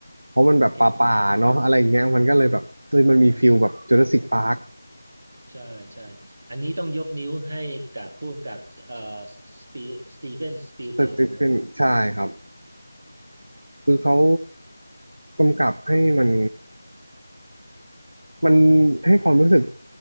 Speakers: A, on the right; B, on the right.
A: เพราะมันแบบป่าๆเนาะอะไรอย่างเงี้ยมันก็เลยแบบเฮ้ยมันมีฟิลแบบจูราสิคพาร์ค
B: เก่งมากใช่ใช่อันนี้ต้องยกนิ้วให้กับผู้กำกับเอ่อสปีสตีเวนสปีลเบิร์กนะ
A: เกิดขึ้นใช่ครับคือเขากำกับให้มันมันให้ความรู้สึก